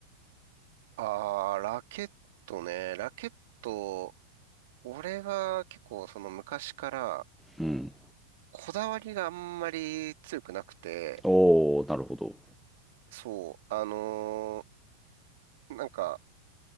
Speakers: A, on the right (about 55°); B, in the centre.
A: ああ、ラケットね。ラケット、俺は結構その昔から
B: うん。
A: こだわりがあんまり強くなくて、
B: おお、なるほど。
A: そう、あのーなんか、